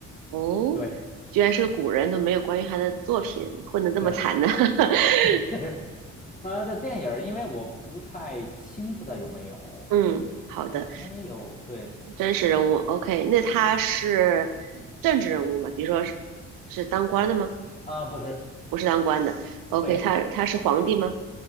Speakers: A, on the right (about 75°); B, on the left (about 20°).
A: 哦，
B: 对
A: 居然是个古人，都没有关于他的作品混得这么惨呢。
B: 对，
A: <laughs>
B: <laughs> 呃，的电影儿因为我不太清楚他有没有，
A: 嗯，好的，
B: 嗯可能也有，对
A: 真实人物，OK，那他是政治人物吗？比如说是是当官的吗？
B: 啊，不是，
A: 不是当官的，OK，
B: 对，
A: 他他是皇帝吗？